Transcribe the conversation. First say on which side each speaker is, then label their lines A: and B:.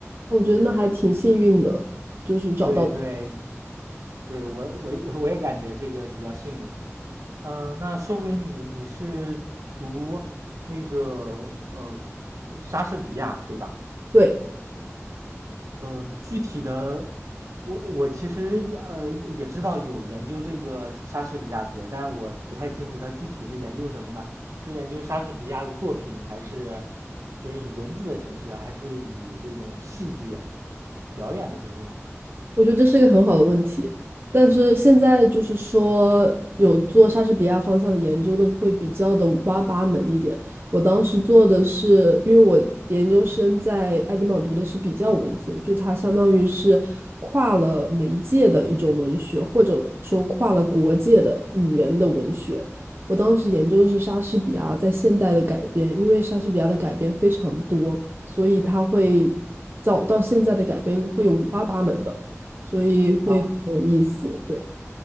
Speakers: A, on the right; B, on the right.
A: 我觉得那还挺幸运的，就是找到，
B: <laughs> 对对对，我我也我也感觉这个比较幸运。呃，那说回你，你是读那个呃莎士比亚对吧？
A: 对，
B: 呃，具体的，我我其实也呃也知道有研究这个莎士比亚学，但我不太清楚它具体是研究什么呢？是研究莎士比亚的作品，还是就是以文字的形式，还是以这种戏剧表演的形式呢？
A: 我觉得这是一个很好的问题，但是现在就是说有做莎士比亚方向的研究的会比较的五花八门一点。我当时做的是，因为我研究生在爱丁堡读的是比较文学，就它相当于是跨了媒介的一种文学，或者说跨了国界的语言的文学。我当时研究的是莎士比亚在现代的改编，因为莎士比亚的改编非常多，所以它会早到现在的改编会有五花八门的。所以会很有意思。
B: 啊，
A: 对